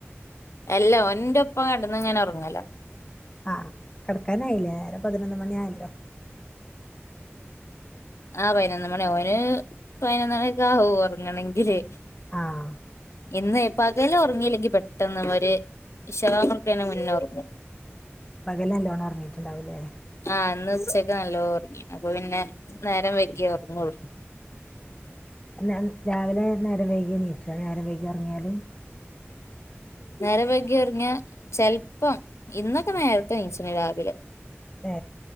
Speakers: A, on the left; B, on the left.
A: എല്ലാ ഓന്റൊപ്പം കെടന്നിങ്ങനെറൊങ്ങലാ
B: ആ കെടക്കാനായില്ലേ നേരം പതിനൊന്നുമണിയായല്ലോ
A: ആ പയിനൊന്നുമണിയാവും ഓന് പയിനൊന്നുമണിയൊക്കെയാവും ഒറങ്ങണെങ്കില്
B: ആഹ്
A: ഇന്ന് എപ്പ് പകല് ഒറങ്ങിയില്ലെങ്കി പെട്ടെന്നവര് ഇഷാവാങ്കുകൊടുക്കണീന്റെ മുന്നെയൊറങ്ങും
B: പകലുനല്ലോണം ഒറങ്ങിട്ടുണ്ടാവൂല്ലേ
A: ആ ഇന്നുച്ചക്കുനല്ലോം ഒറങ്ങി അപ്പൊ പിന്നെ നേരംവെകിയേ ഒറങ്ങൊള്ളൂ
B: അല്ലാ രാവിലെ നേരം വൈകിയെനീച്ചാ നേരം വൈകിയൊറങ്ങിയാല്
A: നേരം വൈകി ഒറങ്ങിയാ ചെൽപ്പം ഇന്നൊക്കെ നേരത്തെയെനീച്ചിന് രാവിലെ
B: ഏ